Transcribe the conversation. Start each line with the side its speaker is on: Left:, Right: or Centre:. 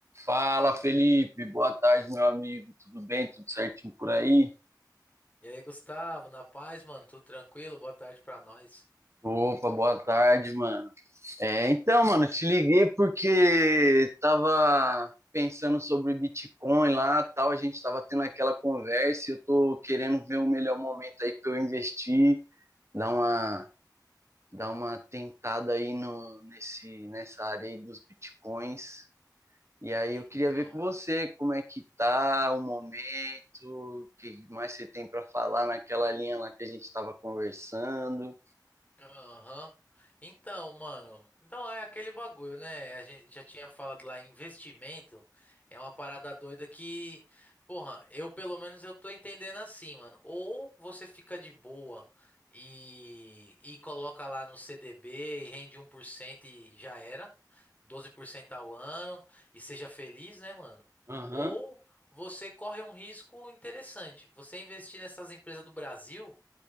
Right: Fala, Felipe. Boa tarde, meu amigo. Tudo bem? Tudo certinho por aí?
Left: E aí, Gustavo, na paz, mano? Tudo tranquilo? Boa tarde pra nós.
Right: Opa, boa tarde, mano. É, então, mano, te liguei porque tava pensando sobre Bitcoin lá, tal, a gente tava tendo aquela conversa e eu tô querendo ver o melhor momento aí para eu investir, dar uma dar uma tentada aí no nesse nessa área aí dos Bitcoins. E aí
Left: Então,
Right: eu queria ver com você como é que tá o momento, o que mais você tem para falar naquela linha lá que a gente estava conversando.
Left: Aham. Então, mano, então é aquele bagulho, né? A gente já tinha falado lá, investimento é uma parada doida que, porra, eu pelo menos eu tô entendendo assim, mano. Ou você fica de boa e, e coloca lá no CDB e rende um por cento e já era, 12% ao ano e seja feliz, né, mano?
Right: Aham.
Left: Ou você corre um risco interessante. Você investir nessas empresas do Brasil.